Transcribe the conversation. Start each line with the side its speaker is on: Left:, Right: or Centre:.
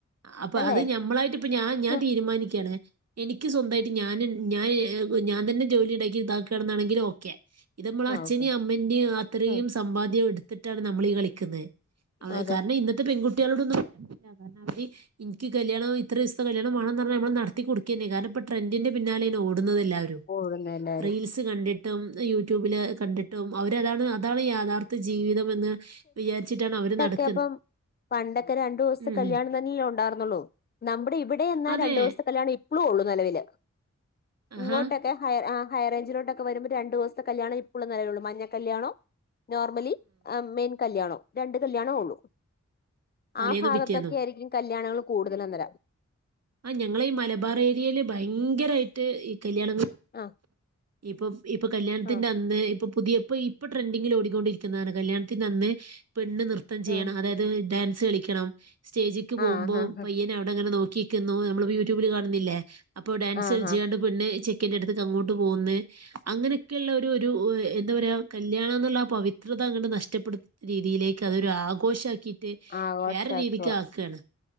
Right: അപ്പം
Left: അല്ലേ
Right: അത് ഞമ്മളായിട്ടിപ്പ ഞാ ഞാൻ
Left: ആ
Right: തീരുമാനിക്കാന്ന് എനി ക്ക് സ്വന്തായിട്ട് ഞാന് ഞാൻ ഞാൻ തന്നെ ജോലിയിണ്ടാക്കി ഇതാക്കാണനാണെങ്കിൽ ഓക്കെ ഇതമ്മള്
Left: ആ
Right: അച്ഛനേം
Left: ഓക്കെ
Right: അമ്മന്റെം അത്രയും
Left: ആ
Right: സമ്പാദ്യം എട്- ട്ടാ- നമ്മളി കളിക്കുന്നെ അത്
Left: അതെ
Right: കാരണം ഇന്നത്തെ പെങ്കുട്ട്യോളോടൊന്നും ങ്‌ ഇൻകി കല്യാണം ഇത്രീസത്തെ കല്യാണം വാണന്നർഞ്ഞ നമ്മള് നടത്തിക്കൊടുക്കന്നെ കാരണം ഇപ്പ ട്രെൻറ്റിന്റെ പിന്നാലേ ഓട് ടുന്നതെല്ലാരു
Left: കൂടുന്നു എല്ലാരും
Right: റീൽസ് കണ്ടി ടും യൂട്യൂബില് കണ്ടിട്ടും അവരതാണ് അതാണ് യാഥാർത്ഥ്യ ജീവിതം വുന്ന് വിചാരിച്ചിട്ടാണ് അവര് നട-
Left: യപം പണ്ടൊക്കെ രണ്ടൂസ്ത്ത
Right: ഉം
Left: കല്യാണം തന്നെയുണ്ടാർന്നൊള്ളൂ ന്നമ്പ്ടെ ഇവിടെ എന്നാ
Right: അതെ
Left: രണ്ടൂസ്ഥകല്യാണം ഇപ്പ്ളുഒള്ളു ന്നെലവില്
Right: ആഹാ
Left: ഇങ്ങോട്ടൊക്കെ ഹയർ ആ ഹൈറേഞ്ചിലോട്ടൊക്കെ വരുമ്പോ രണ്ടൂസ്ഥകല്യാണ ഇപ്പളും നിലവിലൊള്ളൂ മഞ്ഞ കല്യാണോം നോർ ആ മെൻ കല്യാണോ രണ്ട് കല്യാണമ ഉള്ളൂ
Right: തലേന്നും
Left: ആ ഫാഗത്തൊക്കെ
Right: പിറ്റേന്നും
Left: യായിരിക്കും കല്യാണങ്ങള് കൂട്തല ഇന്നലെ
Right: ആ ഞങ്ങളെ ഈ മലബാറേര്യേല് ഭയങ്കരായ്ട്ട് ഇകല്യാണങ്ങളും
Left: ആ
Right: ഇപ്പൊ ഇപ്പൊ കല്യാണത്തിന്റെ
Left: ആ
Right: അന്ന് ഇപ്പൊ പുതിയ ഇപ്പൊ ഇപ്പൊ ട്രെൻഡിങ്ങിലോ ടിക്കൊണ്ടിരിക്കുന്നാണ് കല്യാണത്തിന്റെന്ന് പെണ്ണ് നൃത്തം ചെയ്യണം
Left: ആ
Right: അതായത് ഡാൻസ് കളിക്കണം സ്റ്റേജ്ക്ക്
Left: ആ
Right: പോമ്പോ
Left: ആ
Right: പയ്യനഅവട്ങ്ങനെ നോക്കി ക്കുന്നു നമ്മള യൂട്യൂബിൽ കാണുന്നില്ലേ അപ്പൊ ഡാൻസ്
Left: ആ
Right: കളിച്ച്ങ്ങാണ്ട് പെണ്ണ് ചെ ടിക്കറ്റ് എടുത്ത് അങ്ങോട്ട് പോകുന്നേ അങ്ങനെയൊക്കെയുള്ള ഒരു ഒരു എന്താ പറയാ കല്യാണ എന്നുള്ള പവിത്രത അങ്ങ്ണ്ട് നഷ്ട്ടപ്പെടുത്തു രീതിയിലേക്ക് അതൊരു ആഘോഷാക്കി
Left: ആഘോഷാക്കുവാ
Right: വേറൊരു രീതിക്കാക്കേണ്